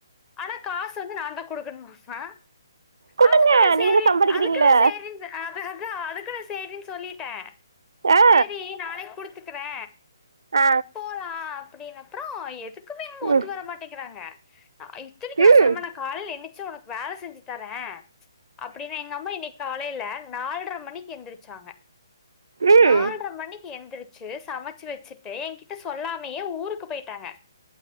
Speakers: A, on the left; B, on the right.
A: ஆனா காசு வந்து நாந்தா குடுக்கன்மாமா
B: குடுங்க
A: அதுக்குனு
B: நீங்கதா
A: சேரி
B: சம்பாதிக்கிறீங்கல்ல
A: அதுக்குனு சேரின் அதா அதா அதுக்குனு சேரின் சொல்லிட்டே
B: ஆ
A: சேரி நானே குடுத்துட் க்றே
B: அ
A: போலா அப்டினப்றோ எதுக்குமே எங்கம்மா
B: ம்
A: ஒத்து வர மாட்டேங்கிறாங்க இத்தினிக்கு நா
B: ம்
A: சொன்னமா நாக் காலைல என்னிச்சு வுனக் வேல செஞ்சித் தரே அப்டினா எங்கம்மா இன்னிக் காலைல நால்ற மணிக்கு எந்திரிச்சாங்க
B: ம்
A: நால்ற மணிக்கு எந்திரிச் சு சமச்சு வச்சுட்டு எங்கிட்ட சொல்லாமயே ஊருக்கு போய்ட்டாங்க